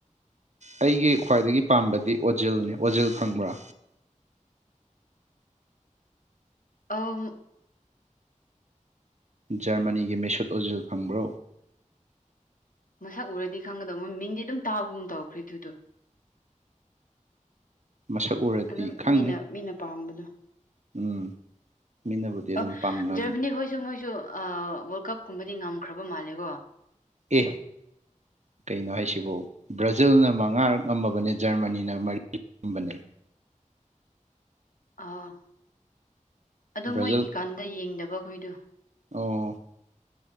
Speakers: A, on the right; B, on the left.
A: ꯑꯩꯒꯤ ꯈ꯭ꯋꯥꯏꯗꯒꯤ ꯄꯥꯝꯕꯗꯤ ꯑꯣꯖꯤꯜꯅꯤ ꯑꯣꯖꯤꯜ ꯈꯪꯕ꯭ꯔꯥ
B: ꯑ
A: ꯖꯔꯃꯅꯤꯒꯤ ꯃꯤ ꯁꯣꯠ ꯑꯣꯖꯤꯜ ꯈꯪꯕ꯭ꯔꯣ
B: ꯃꯁꯛ ꯎꯔꯗꯤ ꯈꯪꯒꯗꯕ ꯃꯤꯡꯗꯤ ꯑꯗꯨꯝ ꯇꯥꯕꯒꯨꯝ ꯇꯧꯈ꯭ꯔꯦꯑꯗꯨꯗꯣ
A: ꯃꯁꯛ ꯎꯔꯗꯤ
B: ꯑꯗꯨꯝ
A: ꯈꯪꯅꯤ
B: ꯃꯤꯅ ꯃꯤꯅ ꯄꯥꯝꯕꯗꯣ
A: ꯎꯝ ꯃꯤꯅꯕꯨꯗꯤ ꯑꯗꯨꯝ
B: ꯑ
A: ꯄꯥꯝꯅꯕꯅꯦ
B: ꯖꯔꯃꯅꯤ ꯍꯣꯏꯁꯨ ꯃꯣꯏꯁꯨ ꯋꯥꯔ ꯀꯞ ꯀꯨꯝꯕ ꯗꯤ ꯉꯝꯈ꯭ꯔꯕ ꯃꯥꯜꯂꯦꯀꯣ
A: ꯑꯦ ꯀꯩꯅꯣ ꯍꯥꯏꯁꯤꯕꯨ ꯕ꯭ꯔꯥꯖꯤꯜꯅ ꯃꯉꯥꯔꯛ ꯉꯝꯃꯕꯅꯦ ꯖꯔꯃꯅꯤꯅ ꯃꯔꯤ <unintelligible>
B: ꯑꯥ ꯑꯗꯣ
A: ꯕ꯭ꯔꯥꯖꯤꯜ
B: ꯃꯣꯏꯒꯤꯀꯥꯟꯗ ꯌꯦꯡꯗꯕ ꯑꯩꯈꯣꯏꯗꯨ
A: ꯑꯣ